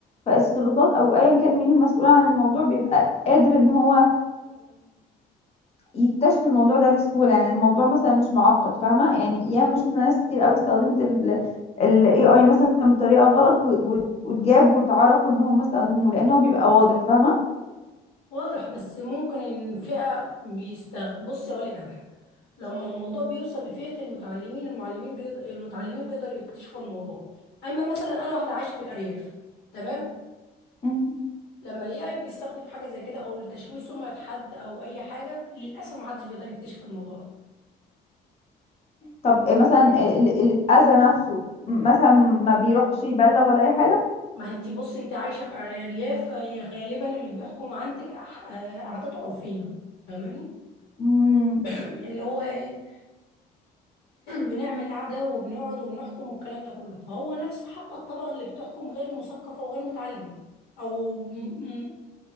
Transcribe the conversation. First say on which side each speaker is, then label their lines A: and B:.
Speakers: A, on the left; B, on the left.
A: فالسلطات او ايا كان مين المسؤول عن الموضوع بيبقى قادر ان هو يكتشفوا الموضوع ده بسهولة يعني الموضوع مثلا مش معقد فاهمة يعني ياما شفنا ناس كتير قوي استخدمت ال ال AI مثلا بطريقة غلط و- و- واتجاب واتعرفوا ان هم استخدموه لان هو بيبقى واضح فاهمة
B: واضح بس ممكن الفئة بيستغ بصي أقولك على حاجة لما الموضوع بيوصل لفئة المتعلمين المعلمين بيض... المتعلمين بيقدروا يكتشفوا الموضوع أما مثلا أنا واحدة عايشة في الأرياف تمام
A: مم.
B: لما ال AI بيستخدم في حاجة زي كده أو لتشويه سمعة حد أو أي حاجة للأسف محدش بيقدر يكتشف الموضوع ده
A: طب مثلا اللي اللي اتأذى نفسه م- مثلا ما بيروحش يبلغ ولا اي حاجة
B: ما انتي بصي انت عايشة في أرياف فهي غالبا اللي بيحكم عندك أح- آه، عادات عرفية فاهماني
A: مم.
B: <clears throat> اللي هو إيه؟ بنعمل قعدة وبنقعد ونحكم والكلام ده كله فهو نفس حتى الطبقة اللي بتحكم غير مثقفة وغير متعلمة أو م- م-